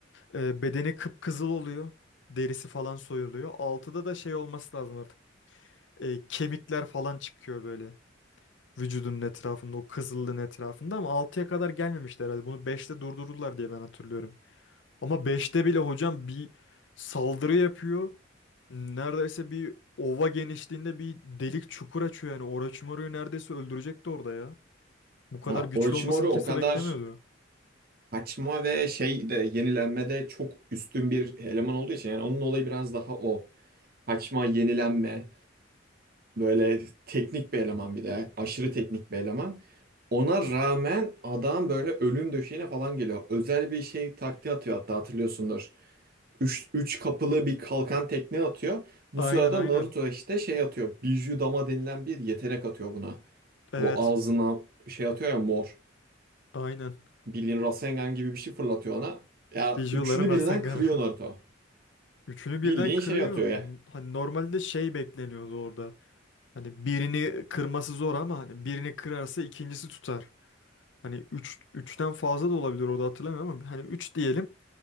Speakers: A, on the left; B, on the right.
A: e, bedeni kıpkızıl oluyor. Derisi falan soyuluyor. altıda da şey olması lazım artık. E, kemikler falan çıkıyor böyle. Vücudunun etrafında o kızıllığın etrafında ama altıya kadar gelmemişti herhalde. Bunu beşte durdururlar diye ben hatırlıyorum. Ama beşte bile hocam bir saldırı yapıyor. Neredeyse bir ova genişliğinde bir delik çukur açıyor yani. Orochimaru'yu neredeyse öldürecekti orada ya. Bu kadar
B: Ya
A: güçlü
B: Orochimaru
A: olmasını kimse
B: o kadar
A: beklemiyordu.
B: kaçma ve şey de yenilenmede çok üstün bir eleman olduğu için yani onun olayı biraz daha o. Kaçma, yenilenme, böyle teknik bir eleman bir de. Aşırı teknik bir eleman. Ona rağmen adam böyle ölüm döşeğine falan geliyor. Özel bir şey taktiği atıyor hatta hatırlıyorsundur. Üç, üç kapılı bir kalkan tekne atıyor. Bu
A: Aynen
B: sırada
A: aynen.
B: Naruto işte şey atıyor. Biju Dama denilen bir yetenek atıyor buna.
A: Evet.
B: O ağzına şey atıyor ya mor.
A: Aynen.
B: Bildiğin Rasengan gibi bir şey fırlatıyor ona. Ya
A: Bijuların
B: üçünü
A: Rasengan'ı.
B: birden kırıyor
A: <laughs>
B: Naruto.
A: Üçünü birden
B: Bildiğin
A: kırıyor.
B: şey atıyor
A: N-
B: ya.
A: Hani normalde şey bekleniyordu orada. Hani birini kırması zor ama hani birini kırarsa ikincisi tutar. Hani üç, üçten fazla da olabilir orada hatırlamıyorum ama hani 3 diyelim.